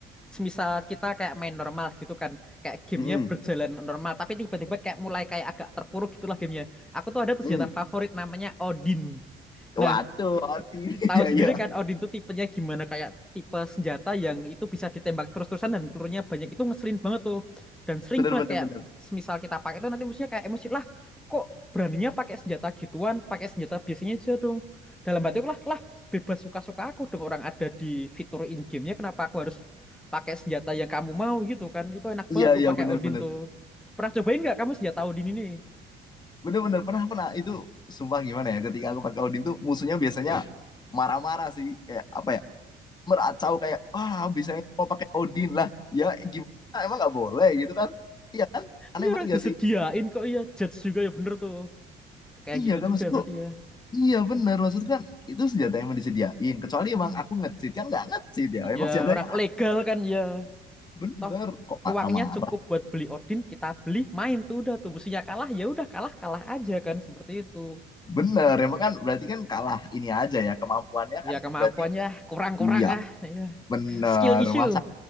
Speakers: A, in the centre; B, on the left.
A: semisal kita kayak main normal gitu kan. Kayak gamenya
B: Mm-mm.
A: berjalan normal, tapi tiba-tiba kayak mulai kayak agak terpuruk gitulah gamenya. Aku tuh ada tuh
B: Mm.
A: senjata favorit namanya Odin. Nah,
B: Waduh, hati. <laughs>
A: tahu
B: Iya,
A: sendiri
B: iya.
A: kan Odin tuh tipenya gimana kayak tipe senjata yang itu bisa ditembak terus-terusan dan pelurunya banyak itu ngeselin banget tuh dan sering
B: Bener,
A: banget
B: bener,
A: kayak
B: bener.
A: semisal kita pakai itu nanti musuhnya kayak emosi lah kok beraninya pakai senjata gituan pakai senjata biasanya aja dong dalam hatiku lah lah bebas suka-suka aku dong orang ada di fitur in gamenya kenapa aku harus pakai senjata yang kamu mau gitu kan itu enak banget
B: Iya,
A: tuh
B: iya,
A: pakai
B: bener,
A: Odin
B: bener.
A: tuh pernah cobain nggak kamu senjata Odin ini
B: Bener, bener. Pernah, pernah. Itu sumpah gimana ya? Ketika aku pakai Odin tuh musuhnya biasanya marah-marah sih. Kayak apa ya? Meracau kayak, wah bisa ya, mau pakai Odin lah. Ya, gimana? Emang nggak boleh gitu kan? Iya kan? Aneh
A: iya
B: banget
A: orang disediain
B: gak sih?
A: kok iya judge juga ya bener tuh kayak
B: Iya
A: gitu
B: kan
A: juga
B: maksudku,
A: berarti ya
B: iya bener maksudku kan itu senjata yang emang disediain. Kecuali emang
A: Hmm.
B: aku nge-cheat kan nggak nge-cheat ya.
A: Iya,
B: Emang senjatanya
A: orang legal kan ya.
B: bener
A: Toh
B: kok marah
A: uangnya
B: marah.
A: cukup buat beli Odin, kita beli, main tuh udah tuh musuhnya kalah ya udah kalah-kalah aja kan seperti itu.
B: Bener emang kan berarti kan kalah ini aja ya kemampuannya
A: Iya,
B: kan
A: kemampuannya
B: berarti
A: kurang-kurang
B: iya
A: ah. Iya.
B: bener
A: Skill issue.
B: masa